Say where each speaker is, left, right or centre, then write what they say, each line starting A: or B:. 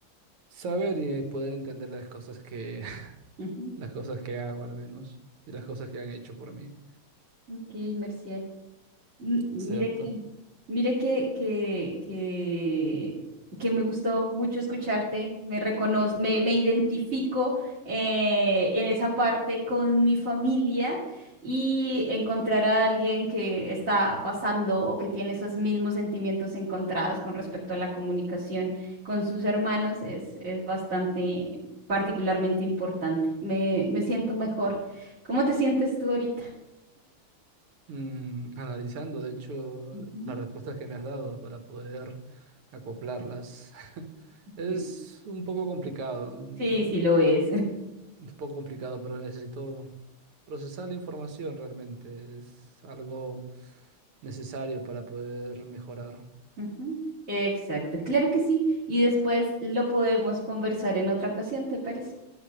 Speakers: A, on the right (about 85°); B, on the right (about 30°).
A: saber y poder entender las cosas que, <laughs>
B: ujú.
A: las cosas que hago al menos, y las cosas que han hecho por mí,
B: Ok, Merciel. M- Mire
A: es cierto.
B: que, mire que, que, que, que me gustó mucho escucharte, me reconozco, me, me identifico eh, en esa parte con mi familia y encontrar a alguien que está pasando o que tiene esos mismos sentimientos encontrados con respecto a la comunicación con sus hermanos es, es bastante, particularmente importante. Me, me siento mejor. ¿Cómo te sientes tú ahorita?
A: Mm, analizando, de hecho,
B: Ujú.
A: las respuestas que me has dado para poder acoplarlas, <laughs> es
B: <laughs>
A: un poco complicado, mm,
B: Sí, sí lo es. <laughs>
A: un poco complicado, pero necesito procesar la información realmente, es algo necesario para poder mejorar,
B: Ujú. Exacto, claro que sí. Y después lo podemos conversar en otra ocasión, ¿te parece?